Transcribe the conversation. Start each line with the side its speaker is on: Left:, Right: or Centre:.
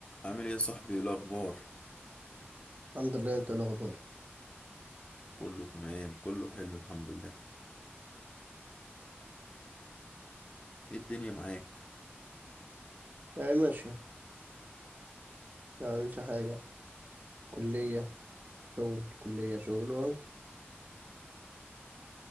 Left: عامل ايه يا صاحبي ايه الاخبار
Right: الحمد لله انت ايه الاخبار
Left: كله تمام كله حلو الحمد لله ايه الدنيا معاك
Right: يعني ماشي يعني مش حاجه كليه شغل كليه شغل اهو